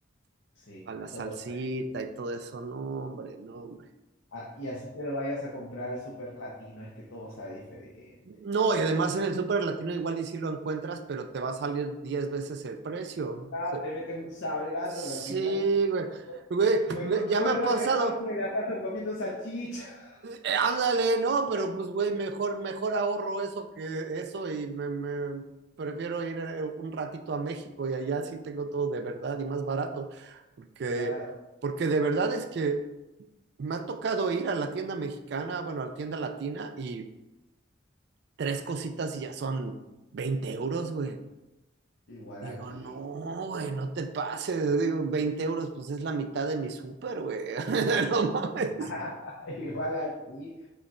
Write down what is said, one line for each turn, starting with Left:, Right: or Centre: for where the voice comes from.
Left: Sí,
Right: A la salsita
Left: todo sabe diferente.
Right: y todo eso, no, hombre, no.
Left: Ah, y así te lo vayas a comprar al super latino, es que todo sabe diferente.
Right: No, y además en el super latino igual y sí lo encuentras, pero te va a salir 10 veces el precio. O
Left: Claro,
Right: sea,
Left: te meten un sablazo
Right: sí,
Left: que al final dices,
Right: güey.
Left: mejor,
Right: Güey,
Left: mejor
Right: me- ya
Left: me
Right: me
Left: vuelvo
Right: ha pasado.
Left: alemán y me la paso comiendo salchicha. <laughs>
Right: Eh, ándale, no, pero pues, güey, mejor, mejor ahorro eso que eso y me, me- prefiero ir eh, un ratito a México y allá sí tengo todo de verdad y más barato. Porque,
Left: Claro,
Right: porque de verdad es que me ha tocado ir a la tienda mexicana, bueno, a la tienda latina y tres cositas y ya son 20 euros, güey.
Left: igual
Right: Digo,
Left: aquí.
Right: no, güey, no te pases. Digo, 20 euros, pues es la mitad de mi súper, güey. <laughs> No mames.
Left: <laughs> Igual aquí.